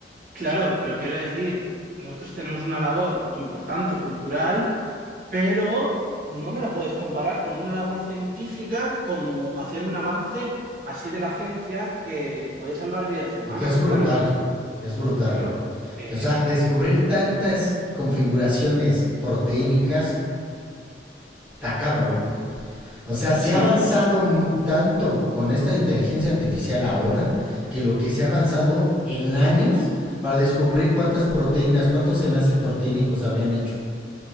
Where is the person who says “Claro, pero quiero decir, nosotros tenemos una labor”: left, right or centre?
Right